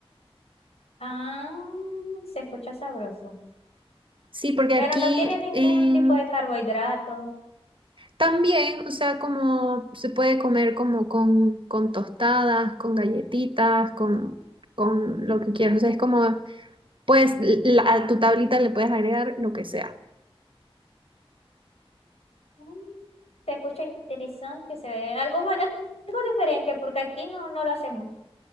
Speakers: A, on the left; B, on the right.
A: Ah, se escucha sabroso.
B: Sí, porque
A: Pero
B: aquí
A: no tiene ningún
B: en-
A: tipo de carbohidrato.
B: también, o sea, como se puede comer como con, con tostadas, con galletitas, con, con lo que quieras, o sea, es como, pues la- a tu tablita le puedes agregar lo que sea.
A: Mm, Se escucha interesante, se ve algo, va- al- algo diferente porque aquí no, no lo hacemos.